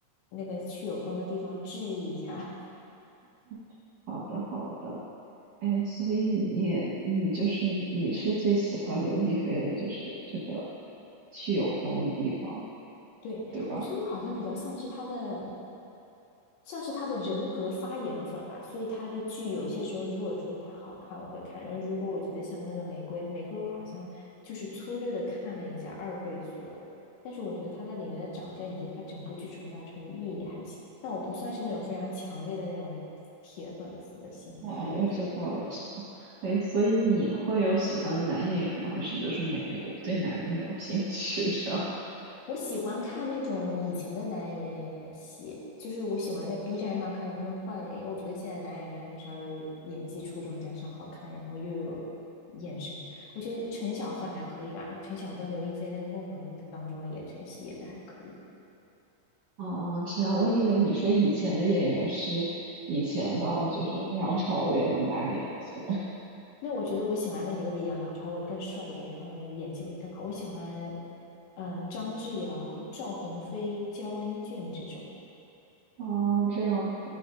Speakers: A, on the left; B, on the right.
A: 那个去有风的地方治愈一下。
B: <laughs> 好的，好的。哎，所以你也你就是你是最喜欢刘亦菲的，就是这个去有风的地方，
A: <laughs> 对，
B: 对吧？
A: 我觉得我好像比较像是她的。像是他的人格发言粉吧，所以他的剧有些时候，如果说他好看，我会看；然后如果我觉得像那个玫瑰，玫瑰我好像就是粗略的看了一下二倍速了，但是我觉得他在里面的长相以及他整部剧传达出来的意义还行，但我不算是那种非常强烈的那种铁粉丝的心态，
B: 哦，
A: 我觉得。
B: 我知道，我知道。哎，所以你会有喜欢的男演员吗？还是就是没有，对男的没有兴趣这样？
A: 我喜欢看那种以前的男演员演演戏，就是我喜欢在 B 站上看能不能换脸，因为我觉得现在男演员很少有演技出众加上好看，然后又有眼神。我觉得陈晓算还可以吧，陈晓跟刘亦菲那个《梦华录》他当中的眼神戏演的还可以。
B: 哦哦，这样，我以为你说以前的演员是以前到就是梁朝伟那么大年纪了。
A: 那我觉得我喜欢那几个比杨梁朝伟更帅一点，然后呢演技会更好。我喜欢嗯、呃张智尧、赵鸿飞、焦恩俊这种。
B: 哦，这样子，